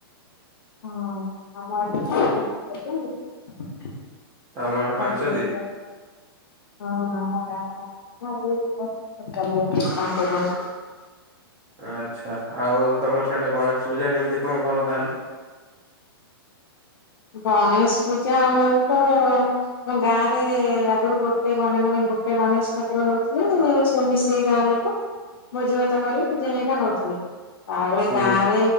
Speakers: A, on the left; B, on the right.
A: ହଁ ଆମ <unintelligible>
B: ତମ
A: <unintelligible>
B: ଆଡେ ପାଞ୍ଚ ଦିନ
A: ହଁ ଆମ ଗାଁ <unintelligible> ଚାଲି ଆସଛି କଣ କରିବ ହିଁ।
B: ଆଚ୍ଛା ଆଉ ତମର ସିଆଡେ ଗଣେଶ ପୂଜା କେମତି କଣ କର ତାହେଲେ?
A: ଗଣେଶ ପୂଜା ଆମର ତ। ଆମ ଗାଁ ରେ ଆଗୁରୁ ଗୋଟେ ଗଣେ ମାନେ ଗୋଟେ ଗଣେଶ ଠାକୁର ହଉଥିଲେ ସବୁ ମିଶିକି ଗାଁ ଲୋ
B: <inaudible>
A: ଭୋଜିଭାତ କରି ପୂଜା ହେରିକା ହଉଥିଲେ ତାପରେ
B: ହୁଁ
A: ଗାଁ ରେ।